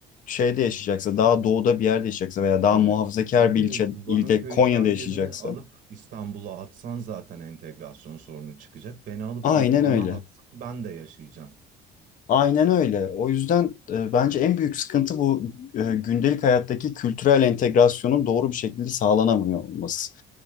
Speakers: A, on the left; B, on the right.
A: şeyde yaşayacaksa, daha doğuda bir yerde yaşayacaksa veya daha
B: evet.
A: muhafazakar
B: Abi
A: bir ilçe,
B: Van'ın
A: ilde
B: köyünden
A: Konya'da yaşayacaksa
B: birini alıp İstanbul'a atsan zaten entegrasyon sorunu çıkacak. Beni alıp
A: aynen
B: Va- Van'a
A: öyle.
B: atsan ben de yaşayacağım.
A: Aynen öyle. O yüzden e, bence en büyük sıkıntı bu e, gündelik hayattaki kültürel entegrasyonun doğru bir şekilde sağlanamıyor olması.